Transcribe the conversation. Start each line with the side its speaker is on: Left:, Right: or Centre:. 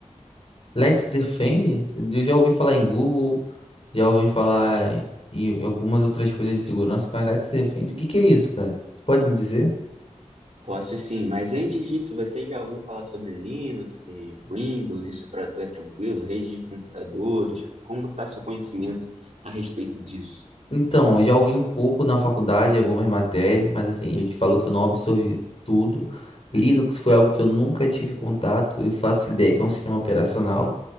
Left: Let's Defend, eu já ouvi falar em Google, já ouvi falar em algumas outras coisas de segurança, mas Let's Defend, o que que é isso, cara? Você Pode me dizer?
Right: Posso sim, mas antes disso, você já ouviu falar sobre Linux e Windows? Isso para tu é tranquilo? Rede de computadores? Como está seu conhecimento a respeito disso?
Left: Então, eu já ouvi um pouco na faculdade, algumas matérias, mas assim, eu te falo que eu não absorvi tudo. Linux foi algo que eu nunca tive contato, eu faço ideia que é um sistema operacional.